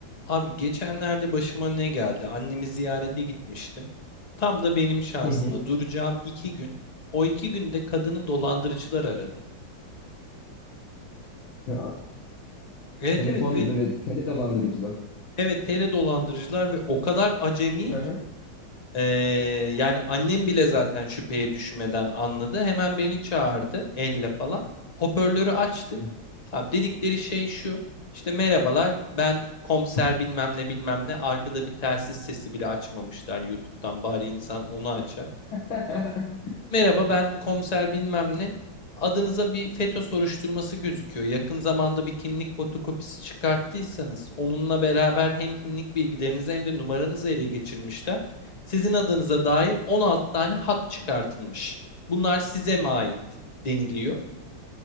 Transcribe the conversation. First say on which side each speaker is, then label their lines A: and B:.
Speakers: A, on the left; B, on the left.
A: Abi geçenlerde başıma ne geldi? Annemi ziyarete gitmiştim. Tam da benim şansıma
B: Hı hı.
A: duracağım iki gün. O iki günde kadını dolandırıcılar aradı.
B: Ya,
A: Evet
B: telefon
A: evet ve
B: böyle tele dolandırıcılar.
A: evet tele dolandırıcılar ve o kadar acemi
B: Hı
A: ki.
B: hı.
A: Ee, yani annem bile zaten şüpheye düşmeden anladı. Hemen beni çağırdı elle falan. Hoparlörü açtık.
B: Hı hı.
A: Abi dedikleri şey şu. İşte merhabalar ben komiser bilmem ne bilmem ne arkada bir telsiz sesi bile açmamışlar YouTube'dan bari insan onu açar.
B: <laughs>
A: Merhaba ben komiser bilmem ne. Adınıza bir FETÖ soruşturması gözüküyor. Yakın zamanda bir kimlik fotokopisi çıkarttıysanız onunla beraber hem kimlik bilgilerinizi hem de numaranızı ele geçirmişler. Sizin adınıza dair 16 tane hat çıkartılmış. Bunlar size mi ait deniliyor.